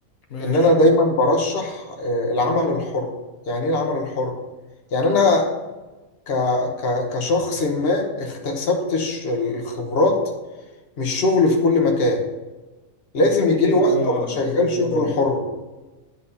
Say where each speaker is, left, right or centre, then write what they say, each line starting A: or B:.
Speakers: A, on the left (about 70°); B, on the left (about 45°).
A: ماشي
B: إن أنا دايما برشح آه، العمل الحر يعني إيه العمل الحر؟ يعني أنا
A: آه.
B: ك... ك... كشخص ما اكتسبت الش- الخبرات من الشغل في كل مكان لازم
A: لفيت
B: يجي
A: انت
B: لي وقت
A: بقى
B: أبقى
A: على
B: شغال
A: كده شغلانه
B: شغل حر